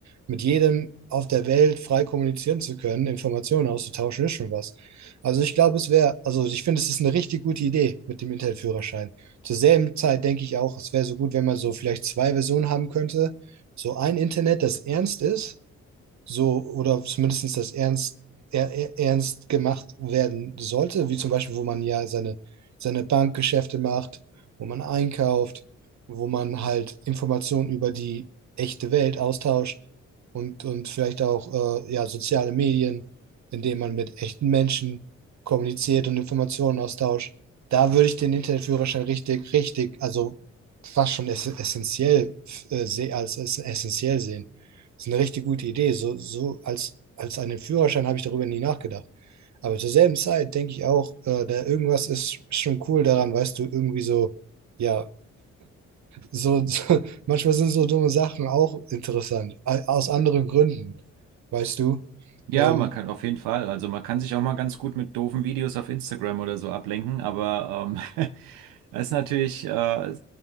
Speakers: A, on the right (about 55°); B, on the right (about 80°).
A: mit jedem auf der Welt frei kommunizieren zu können, Informationen auszutauschen, ist schon was. Also ich glaube, es wäre, also ich finde, es ist eine richtig gute Idee mit dem Internetführerschein. Zur selben Zeit denke ich auch, es wäre so gut, wenn man so vielleicht zwei Versionen haben könnte so ein Internet, das ernst ist, so oder zumindest das ernst, er, er, ernst gemacht werden sollte, wie zum Beispiel, wo man ja seine, seine Bankgeschäfte macht, wo man einkauft, wo man halt Informationen über die echte Welt austauscht und, und vielleicht auch äh, ja, soziale Medien, indem man mit echten Menschen kommuniziert und Informationen austauscht. Da würde ich den Internetführerschein richtig, richtig, also fast schon ess- essentiell äh, se- als ess- essentiell sehen. Das ist eine richtig gute Idee. So, so als, als einen Führerschein habe ich darüber nie nachgedacht. Aber zur selben Zeit denke ich auch, äh, da irgendwas ist schon cool daran, weißt du, irgendwie so, ja, so, <laughs> so manchmal sind so dumme Sachen auch interessant, a- aus anderen Gründen, weißt du.
B: Ja,
A: Ähm,
B: man kann auf jeden Fall. Also man kann sich auch mal ganz gut mit doofen Videos auf Instagram oder so ablenken, aber ähm, <laughs> das ist natürlich, äh,